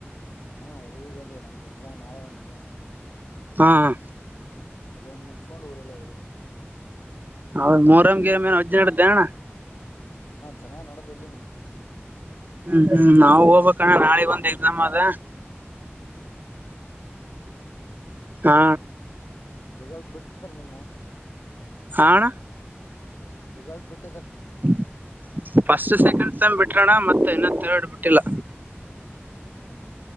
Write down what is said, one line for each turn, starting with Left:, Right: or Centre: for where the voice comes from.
Left: ಹಾ ಊರಿಗ್ ಬಂದಿನ್ ನಮ್ದ್ ಎಕ್ಸಾಮ್ ನಾಳೆ ಒಂದಿದೆ.
Right: ಹಾಹ.
Left: ಅದೊಂದ್ ಮುಗಸ್ಕೊಂಡ್ ಊರಲ್ಲೆ ಇರ್ಬೇಕು.
Right: ಹೌದ್ ಮೊಹರಂ ಗೇಮ್ ಅಜ್ಜ ನಡ್ದೆಣ್ಣ.
Left: ಚೆನ್ನಾಗ ನಡ್ದ ಇಲ್ಲಿನು.
Right: ಹ್ಮ್ಮ ನಾವು. ಹು ಕನ್ನ್ನಣ್ಣ ನಾಳಿಗ್ ಒಂದ್ ಅಯ್ತಿ. ನಮ್ಮದ. ಹಾ.
Left: ರಿಸಲ್ಟ್ ಬಿಟ್ಟ <inaudible> ದ್ರ ನಿಮ್ಮವ್.
Right: ಹಾ ಅಣ್ಣ.
Left: ರಿಸಲ್ಟ್ ಬಿಟ್.
Right: <inaudible> ಫಸ್ಟ್ ಸೆಕೆಂಡ್ ತಮ್ ಬಿಟ್ರನ್ನ ಮತ್. ಇನ್ನ ಥರ್ಡ್ ಸೇಮ್ ಬಿಟ್ಟಿಲ್ಲ.
Left: ಹೌದಾ.